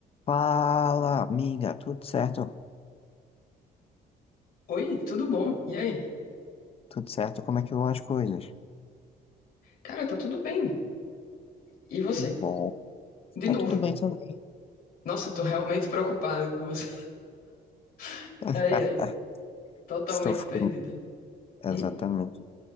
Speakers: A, on the left; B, on the left.
A: Fala, amiga, tudo certo?
B: Oi, tudo bom? E aí?
A: Tudo certo? Como é que vão as coisas?
B: Cara, tá tudo bem. E você?
A: Que bom.
B: De
A: Tá
B: novo.
A: tudo bem também.
B: Nossa, eu tô realmente <laughs> preocupada com você. <laughs>
A: <laughs>
B: Ai, ai. Totalmente
A: Estou ficando.
B: perdida.
A: Exatamente.
B: Hum?